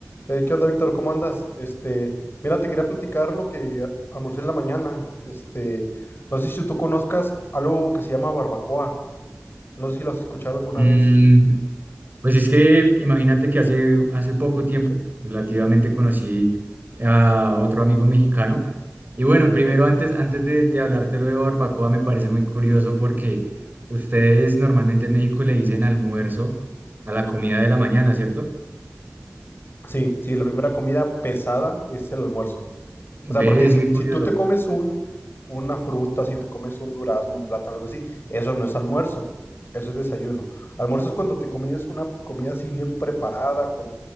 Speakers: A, on the left; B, on the right.
A: Eh, ¿qué onda, Víctor? ¿Cómo andas? Este, mira, te quería platicar lo que almorcé en la mañana. Este, no sé si tú conozcas algo que se llama barbacoa. No sé si lo has escuchado alguna
B: Mm,
A: vez.
B: pues es que imagínate que hace, hace poco tiempo relativamente conocí a otro amigo mexicano. Y bueno,
A: Ok.
B: primero antes, antes de, de hablarte lo de barbacoa, me parece muy curioso porque ustedes normalmente en México le dicen almuerzo a la comida de la mañana, ¿cierto?
A: Sí, sí, la primera comida pesada es el almuerzo.
B: Ve,
A: O sea, porque
B: es
A: si,
B: muy curioso.
A: si tú te comes un, una fruta, si te comes un durazno, un plátano, algo así, eso no es almuerzo, eso es desayuno. Almuerzo es cuando te comes una comida así bien preparada, con,